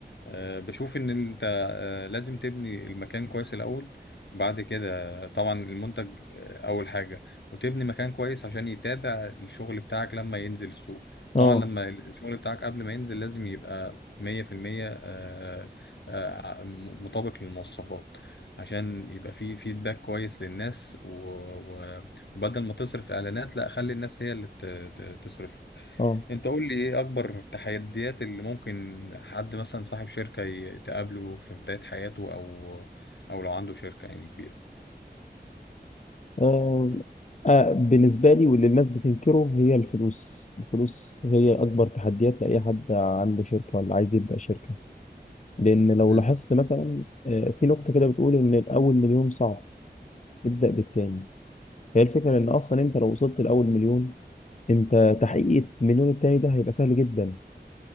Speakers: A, on the left; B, on the left.
A: آه، بشوف ان انت آه، لازم تبني المكان كويس الاول وبعد كده طبعا المنتج آه، اول حاجه وتبني مكان كويس عشان يتابع الشغل بتاعك لما ينزل السوق
B: اه
A: طبعا لما الشغل بتاعك قبل ما ينزل لازم يبقى 100% آه، آه، م- مطابق للمواصفات عشان يبقى فيه فيدباك كويس للناس و- و- وبدل ما تصرف اعلانات لا خلي الناس هي اللي ت- ت- تصرف
B: اه
A: انت قول لي ايه اكبر تحديات اللي ممكن حد مثلا صاحب شركة ي- تقابله في بداية حياته او او لو عنده شركة يعني كبيرة
B: آه آه، بالنسبة لي واللي الناس بتنكره هي الفلوس الفلوس هي أكبر تحديات لأي حد عنده شركة ولا عايز يبدأ شركة لأن لو
A: امم
B: لاحظت مثلا آه، في نقطة كده بتقول إن الأول مليون صعب ابدأ بالتاني فهي الفكرة إن أصلا أنت لو وصلت لأول مليون أنت تحقيق المليون التاني ده هيبقى سهل جدا